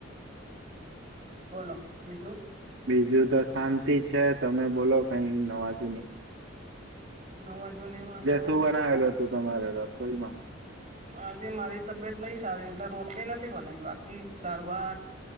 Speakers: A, on the right; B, on the right.
A: બોલો બીજું.
B: બીજું તો શાંતિ છે તમે બોલો કઈ નવા જુંની.
A: નવાજો ની માતો
B: શું બનાવેલું હતું તમારે રસોઈમાં
A: આજે મારી તબિયત નહ સારી એટલે રોટલી નથી બનાવી બાકી દાળ ભાત.